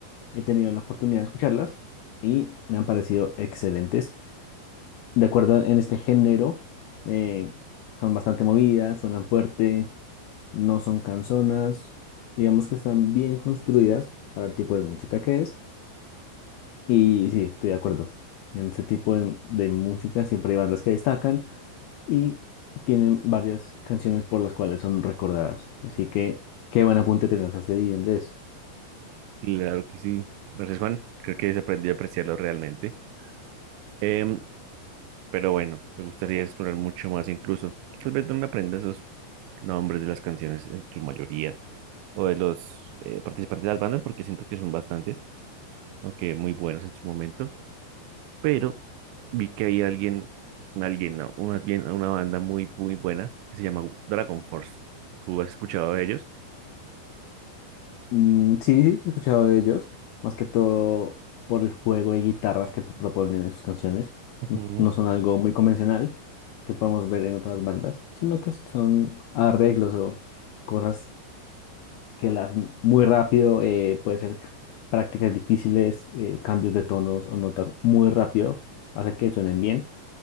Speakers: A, on the left; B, on the right.
A: he tenido la oportunidad de escucharlas y me han parecido excelentes. De acuerdo en este género, eh, son bastante movidas, suenan fuerte, no son canzonas, digamos que están bien construidas para el tipo de música que es. Y sí, estoy de acuerdo. En este tipo de, de música siempre hay bandas que destacan y tienen varias canciones por las cuales son recordadas. Así que qué buen apunte te lanzaste ahí, Andrés.
B: Claro que sí. Gracias, Juan. Creo que se aprendió a apreciarlo realmente. Em, pero bueno, me gustaría explorar mucho más incluso. Tal vez no me aprenda esos nombres de las canciones en su mayoría, o de los eh, participantes de las bandas, porque siento que son bastantes, aunque muy buenos en su momento, pero vi que hay alguien, alguien, no, o más bien una banda muy, muy buena que se llama Dragon Force. ¿Tú has escuchado de ellos?
A: Mm, sí, sí, he escuchado de ellos, más que todo por el juego de guitarras que proponen en sus canciones.
B: Ujú,
A: N- No son algo muy convencional que podemos ver en otras bandas, sino que son arreglos o cosas que las hacen muy rápido, eh, puede ser prácticas difíciles, eh, cambios de tonos o notas muy rápido, hace que suenen bien.